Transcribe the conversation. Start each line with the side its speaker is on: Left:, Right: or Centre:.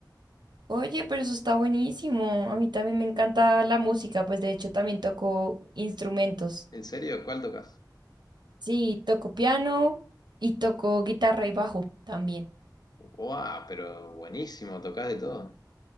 Right: Oye, pero eso está buenísimo. A mí también me encanta la música, pues de hecho también toco instrumentos.
Left: ¿En serio? ¿Cuál tocas?
Right: Sí, toco piano y toco guitarra y bajo también.
Left: Wow, pero buenísimo, tocás de todo.